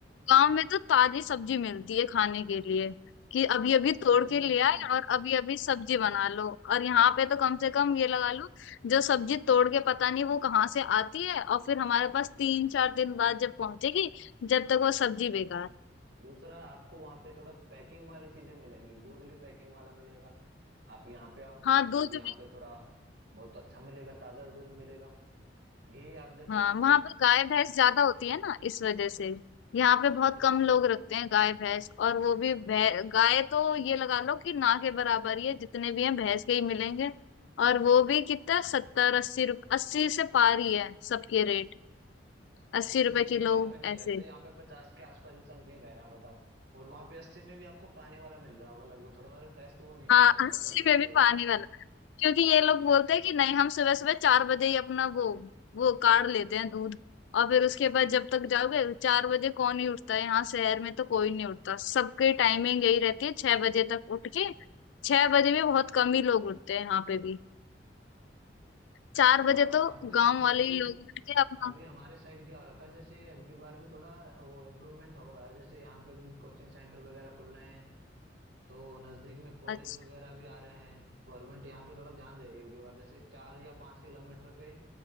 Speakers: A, on the left; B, on the right.
A: गांव में तो ताजी सब्जी मिलती है खाने के लिए कि अभी
B: आप
A: अभी
B: सब्जी
A: तोड़ के
B: सब्जी
A: ले आए
B: नहीं
A: और अभी अभी सब्जी बना लो और यहाँ पे तो कम से कम ये लगा लो जो सब्जी तोड़ के पता नहीं वो कहाँ से आती है और फिर हमारे पास तीन चार दिन बाद जब पहुंचेगी जब तक वो सब्जी बेकार
B: दूसरा आपको वहां पे थोड़ा पैकिंग वाली चीजें मिलेंगी दूध भी पैकिंग वाला मिलेगा आप यहाँ पे आओ
A: हाँ
B: दूध
A: दूध
B: यहाँ पे थोड़ा बहुत अच्छा मिलेगा ताजा दूध मिलेगा घी आप देखो
A: हाँ
B: यहाँ
A: वहां
B: पे
A: पे गाय भैंस ज्यादा होती है ना इस वजह से यहाँ पे
B: हाँ
A: बहुत
B: तो
A: कम लोग रखते हैं गाय भैंस और वो भी भै- गाय तो ये लगा लो कि ना के बराबर ही है जितने भी हैं भैंस के ही मिलेंगे और वो भी कितना सत्तर अस्सी रुप अस्सी से पार ही है सबके रेट अस्सी
B: अस्सी
A: रुपए
B: पे तो
A: किलो
B: यहाँ पे नहीं
A: ऐसे
B: रहता यहाँ पे पचास के आसपास ही समथिंग रह रहा है बताओ और वहां पे अस्सी में भी आपको पानी वाला मिल रहा होगा लगभग थोड़ा मतलब टेस्ट वो नहीं
A: हाँ
B: आएगा आपको
A: अस्सी
B: जब फील
A: में
B: करोगे
A: भी पानी वाला क्योंकि ये लोग बोलते हैं कि नहीं हम सुबह सुबह चार बजे ही अपना वो वो काढ़ लेते हैं दूध और फिर उसके बाद जब तक जाओगे चार बजे कौन ही उठता है यहाँ शहर में तो कोई नहीं उठता सबकी टाइमिंग यही रहती है छह बजे तक उठ के छह बजे भी बहुत कम ही लोग उठते हैं यहाँ पे भी चार
B: हाँ
A: बजे तो
B: आपके
A: गांव
B: यहाँ पे
A: वाले
B: अभी
A: ही लोग उठ के अपना
B: अभी हमारे साइड क्या हो रखा है जैसे अब की बार भी थोड़ा वो इम्प्रूवमेंट हो रहा है जैसे यहाँ पे भी कोचिंग सेंटर वगैरह खुल रहे हैं तो नजदीक में कॉलेज
A: अच्छा
B: वगैरह भी आ रहे हैं गवर्नमेंट यहाँ पे थोड़ा ध्यान दे रही है अब की बार जैसे चार या पाँच किलोमीटर पे